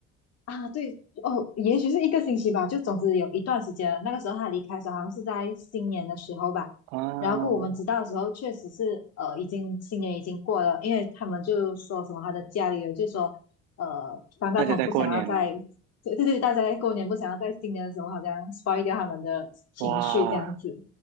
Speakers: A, on the left (about 45°); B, on the right (about 55°).
A: 啊，对哦，也许是一个星期吧，就总之有一段时间了。那个时候他离开的时候，好像是在新年的时候吧。
B: 啊。
A: 然后过我们知道的时候，确实是呃，已经新年已经过了，因为他们就说什么他的家里人就说，呃，方大同不想要在，
B: 大家在过年了，
A: 对对对，大家在过年不想要在新年的时候好像 spoil 掉他们的情绪这样子。
B: 哇，